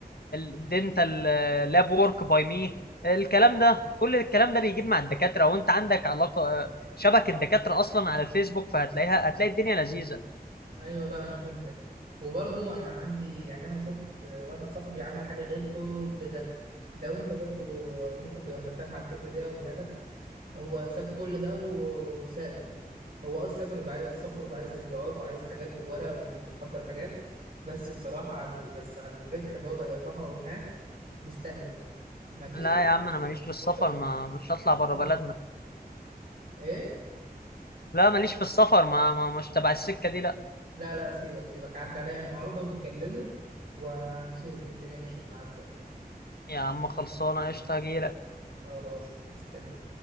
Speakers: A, on the left (about 75°); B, on the right (about 65°).
A: دينتال لاب وورك باي مي الكلام ده كل الكلام ده بيجيب مع الدكاتره وانت عندك علاقه آه، شبكه دكاتره اصلا على الفيسبوك فهتلاقيها هتلاقي الدنيا لذيذه
B: ايوه لا انا فهمتك وبرضو انا عندي يعني انا شفت واحد صاحبي عمل حاجه غير كل ده لو انت برضو ممكن تبقى مرتاح مع الفكره دي اقولها لك هو ساب كل ده و- وساب هو اه السفر بيبقى عايز السفر بيبقى عايز اجراءات وعايز حاجات وورق وانك تحضر حاجات بس بصراحه على ال- بس على الربح اللي هو بقى يربحه هناك مستاهله ما تيجي
A: لا
B: تعدي
A: يا عم
B: عليا
A: انا ماليش في السفر
B: النهارده
A: ما مش هطلع
B: ونكلمه.
A: بره بلدنا
B: ايه
A: لا ماليش في السفر ما, ما مش تبع السكه دي لا
B: لا لا سيبك سيبك عدى عليا النهارده ونكلمه ونشوف الدنيا مشيت معاه ازاي
A: يا عم خلصانه قشطه هجيلك
B: خلاص مستني